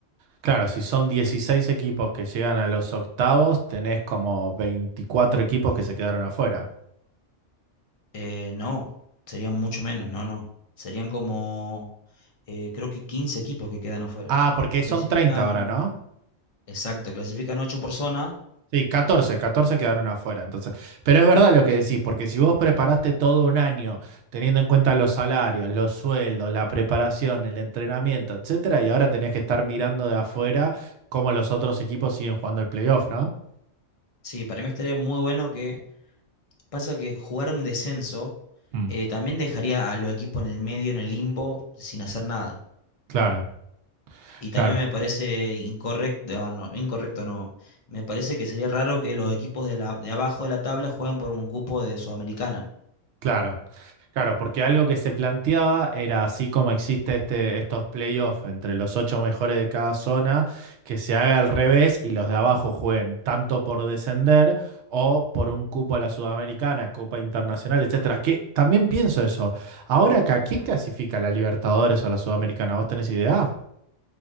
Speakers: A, on the right; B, on the left.
A: Claro, si son 16 equipos que llegan a los octavos, tenés como 24 equipos que se quedaron afuera.
B: Eh, no, serían mucho menos, no, no. Serían como, eh, creo que 15 equipos que quedan afuera.
A: Ah, porque son
B: Clasifican,
A: 30 ahora, ¿no?
B: exacto, clasifican 8 por zona.
A: Sí, 14, 14 quedaron afuera, entonces. Pero es verdad lo que decís, porque si vos preparaste todo un año, teniendo en cuenta los salarios, los sueldos, la preparación, el entrenamiento, etcétera, y ahora tenés que estar mirando de afuera cómo los otros equipos siguen jugando el playoff, ¿no?
B: Sí, para mí estaría muy bueno que, pasa que jugar un descenso
A: Mm,
B: eh, también dejaría a los equipos en el medio, en el limbo, sin hacer nada.
A: claro,
B: Y
A: claro.
B: también me parece incorrecto, ah, no, incorrecto no, me parece que sería raro que los equipos de, la, de abajo de la tabla jueguen por un cupo de Sudamericana.
A: Claro, claro, porque algo que se planteaba era así como existe este, estos playoffs entre los ocho mejores de cada zona, que se haga al revés y los de abajo jueguen tanto por descender o por un cupo a la Sudamericana, Copa Internacional, etcétera. Que también pienso eso. Ahora acá, ¿quién clasifica a la Libertadores o a la Sudamericana? ¿Vos tenés idea?